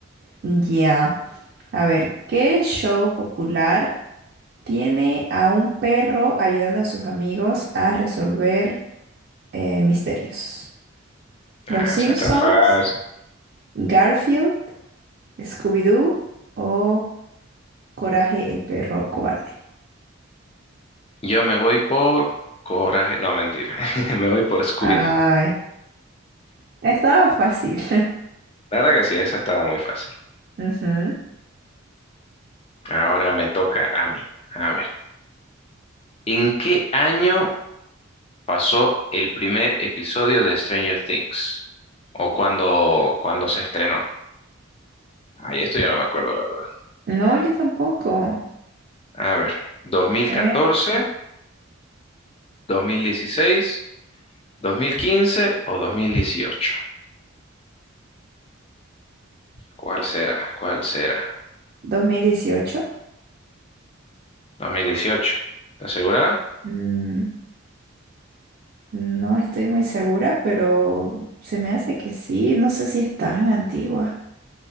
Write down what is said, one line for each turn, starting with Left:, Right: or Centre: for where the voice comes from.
Right: Ya, a ver, ¿qué show popular? Tiene a un perro ayudando a sus amigos a resolver eh, misterios. Los
Left: Ah,
Right: Simpsons,
Left: esa está fácil.
Right: Garfield, Scooby-Doo o Coraje el perro cobarde.
Left: Yo me voy por coraje. No, mentira. <laughs> Me voy por Scooby-Doo.
Right: Ay, estaba fácil.
Left: La verdad que sí, esa estaba muy fácil.
Right: <laughs> Ujú.
Left: Ahora me toca a mí. A ver. ¿En qué año pasó el primer episodio de Stranger Things. O cuando, cuando se estrenó. Ay, esto ya no me acuerdo, la verdad.
Right: No, yo tampoco. A
Left: A ver, dos dos mil mil
Right: ver,
Left: catorce, dos mil dieciséis, dos mil quince o 2018. ¿Cuál será? ¿Cuál será?
Right: 2018.
Left: 2018. ¿Estás segura?
Right: Mm, no estoy muy segura, pero se me hace que sí. No sé si es tan antigua.